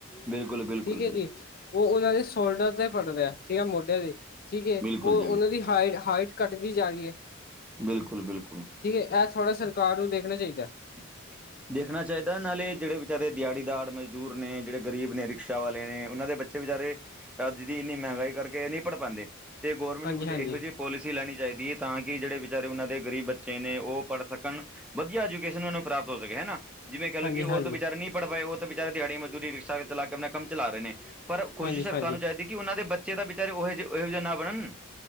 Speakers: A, in the centre; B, on the left.
A: ਬਿਲਕੁਲ ਬਿਲਕੁਲ
B: ਠੀਕ ਹੈ
A: ਬਿਲਕੁਲ
B: ਜੀ, ਉਹ ਉਹਨਾਂ ਦੇ ਸ਼ੋਲਡਰ ਤੇ ਪੜ ਰਿਹਾ ਠੀਕ ਮੋਢਿਆਂ ਦੇ, ਠੀਕ ਹੈ
A: ਬਿਲਕੁਲ
B: ਉਹ
A: ਜੀ
B: ਉਹਨਾਂ
A: ਬਿਲਕੁਲ
B: ਦੀ ਹਾਈ ਹਾਈਟ ਘੱਟਦੀ ਜਾ ਰਹੀ ਹੈ
A: ਬਿਲਕੁਲ -ਬਿਲਕੁਲ
B: ਠੀਕ ਹੈ, ਇਹ ਥੋੜ੍ਹਾ ਸਰਕਾਰ ਨੂੰ ਦੇਖਣਾ ਚਾਹੀਦਾ
A: ਹ <inaudible> ਦੇਖਣਾ ਚਾਹੀਦਾ, ਨਾਲੇ ਜਿਹੜੇ ਵਿਚਾਰੇ ਦਿਹਾੜੀਦਾਰ, ਮਜ਼ਦੂਰ ਨੇ, ਜਿਹੜੇ ਗ਼ਰੀਬ ਨੇ, ਰਿਕਸ਼ਾ ਵਾਲੇ ਨੇ ਉਹਨਾਂ ਦੇ ਬ ਬੱਚੇ ਵਿਚਾਰੇ ਇੰਨੀ ਮਹਿੰਗਾਈ ਕਰਕੇ ਨਹੀਂ ਪੜ੍ਹ ਪਾਉਂਦੇ, ਤੇ ਗੌਰਰਮੈਂਟ
B: ਹਾਂਜੀ
A: ਨੂੰ ਕੁੱਝ
B: ਹਾਂਜੀ
A: ਇਹੋ ਜਿਹੇ ਪੋਲਿਸੀ ਲੈਣੀ ਚਾਹੀਦੀ ਹੈ ਤਾਂ ਕਿ ਜਿਹੜੇ ਵਿਚਾਰੇ ਉਹਨਾਂ ਦੇ ਗਰੀਬ ਬੱਚੇ ਨੇ ਉਹ ਪੜ੍ਹ ਸਕਣ ਵਧੀਆ ਜੇ ਕਿਸੇ ਨੂੰ ਪ੍ਰਾਪਤ ਹੋ ਸਕੇ ਹਨਾ, ਜਿਵੇਂ ਕਹਿ ਲਓ
B: ਹਾਂਜੀ
A: ਕਿ ਉਹ
B: ਹਾਂਜੀ
A: ਤੋਂ ਵਿਚਾਰੇ ਨਹੀਂ ਪੜ ਪਾਏ ਉਹ ਵਿਚਾਰੇ ਦਿਹਾੜੀ ਮਜ਼ਦੂਰੀ ਰਿਕਸ਼ਾ ਚਲਾ ਕੇ ਆਪਣਾ ਕੰਮ ਚਲਾ ਰਹੇ ਨੇ, ਪਰ ਕੋਸ਼ਿਸ਼
B: ਹਾਂਜੀ
A: ਸਰਕਾਰ
B: ਹਾਂਜੀ
A: ਨੂੰ ਚਾਹੀਦੀ ਕਿ ਕਿ ਉਹਨਾਂ ਦੇ ਬੱਚੇ ਤਾਂ ਵਿਚਾਰੇ ਉਹੋ ਜਿ, ਇਹੋ ਜਿਹੇ ਨਾ ਬਣਨ,